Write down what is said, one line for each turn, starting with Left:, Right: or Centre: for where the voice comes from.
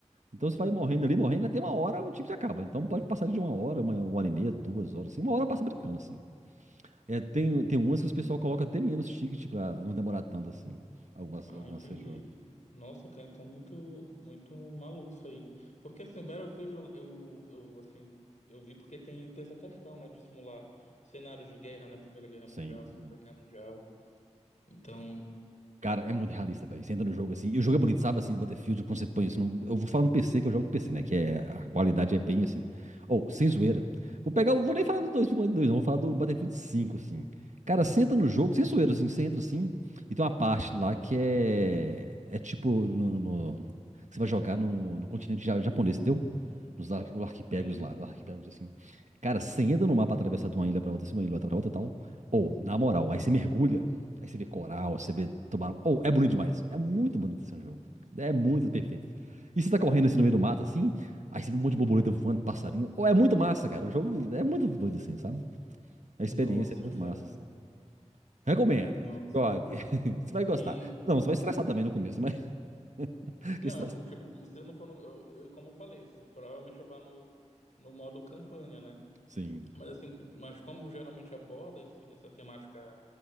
Right: Então você vai morrendo ali, morrendo, até uma hora o ticket acaba. Então pode passar de uma hora, uma, uma hora e meia, duas horas, assim. Uma hora passa brincando, assim. É, tem, tem umas que os pessoal coloca até menos ticket pra não demorar tanto, assim. Algumas,
Left: Ah,
Right: algumas
Left: entendi.
Right: que jogam.
Left: Nossa, cara, então muito, muito maluco isso aí. Porque assim, o Battlefield eu, eu, eu, assim, eu vi porque tem, tem essa questão, né, de simular cenários de guerra, né? Primeira Guerra Mundial,
Right: Sim.
Left: Segunda Guerra Mundial. Então,
Right: Cara, é muito realista, velho. Você entra no jogo assim. E o jogo é bonito, sabe? Assim, o Battlefield, quando você põe isso. no- Eu vou falar no PC, que eu jogo no PC, né? Que é... a qualidade é bem assim. Ou, sem zoeira. Vou pegar. Vou nem falar do 2042, não. Vou falar do Battlefield 5, assim. Cara, você entra no jogo, sem zoeira, assim. Você entra assim. E tem uma parte lá que é. É tipo. No, no- Você vai jogar no, no continente ja- japonês, entendeu? Nos ar- arquipélagos
Left: sim.
Right: lá. Arquipélagos assim. Cara, você entra no mapa atravessar de uma ilha pra outra, assim, uma ilha pra outra e tal. Ou, na moral, aí você mergulha. Aí você vê coral, você vê tubarão. Oh, é bonito demais. É muito bonito esse jogo. É muito perfeito. E você tá correndo assim no meio do mato, assim, aí você vê um monte de borboleta voando, passarinho. Oh, é muito massa, cara. O jogo é muito doido, assim, sabe? A experiência
Left: Nossa,
Right: é muito
Left: cara.
Right: massa, assim. Recomendo.
Left: Nossa.
Right: Jogue. <laughs> Você vai gostar.
Left: E
Right: Não, você vai estressar também no começo, mas <laughs>
Left: Não,
Right: que estressa.
Left: assim, tipo, se eu não for no. Eu, eu- como eu falei, assim, provavelmente eu vá no, no modo campanha, né?
Right: Sim,
Left: Mas assim, mas como geralmente aborda esse- essa temática